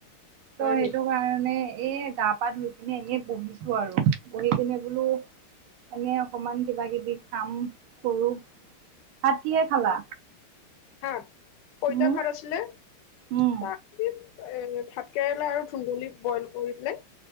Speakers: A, on the left (about 70°); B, on the right (about 80°).
A: হয়
B: ত' সেইটো
A: নেকি
B: কাৰণে এ গা পা ধুই পিনে এনেই বহিছো আৰু বহি পিনে বোলো এনে অকমান কিবা কিবি কাম কৰো ভাত কিহে খালা
A: শাক পইতা
B: উম
A: ভাত আছিলে
B: উম
A: তাৰ পি এ ভাত কেৰেলা আৰু ধুন্দলী বইল কৰি পেলাই